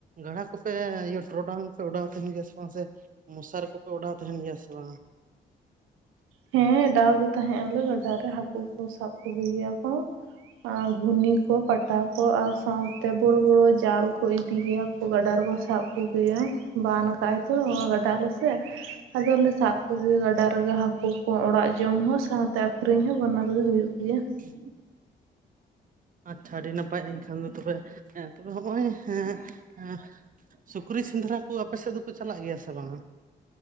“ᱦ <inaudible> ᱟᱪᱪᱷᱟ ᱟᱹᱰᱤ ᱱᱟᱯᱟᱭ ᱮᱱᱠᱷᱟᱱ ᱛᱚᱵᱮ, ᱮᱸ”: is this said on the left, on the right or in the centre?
Right